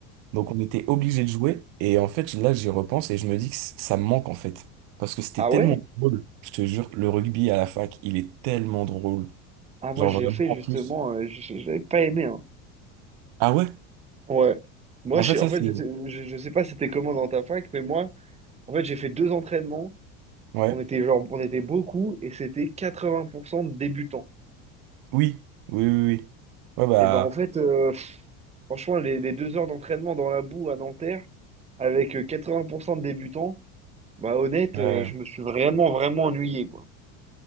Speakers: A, on the right; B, on the right.
A: Donc on était obligé de jouer. Et en fait, là, j'y repense et je me dis que c- ça me manque en fait. Parce que c'était
B: ah
A: tellement
B: ouais?
A: drôle. Je te jure, le rugby à la fac, il est tellement drôle.
B: Ah, moi,
A: Genre
B: j'ai
A: vraiment
B: fait
A: en
B: justement,
A: plus.
B: euh, j- j- j'avais pas aimé, hein.
A: Ah ouais?
B: Ouais. Moi,
A: En
B: je
A: fait,
B: sais-
A: ça
B: en fait,
A: c'est.
B: je sais, je, je sais pas c'était comment dans ta fac, mais moi, en fait, j'ai fait deux entraînements.
A: Ouais.
B: On était genre, on était beaucoup et c'était 80% de débutants.
A: Oui. Oui, oui, oui. Ouais, bah.
B: Et ben, en fait, euh, franchement, les, les deux heures d'entraînement dans la boue à Nanterre, avec euh, 80% de débutants, bah honnête,
A: ouais.
B: euh,
A: ouais.
B: je me suis vraiment, vraiment ennuyé, quoi.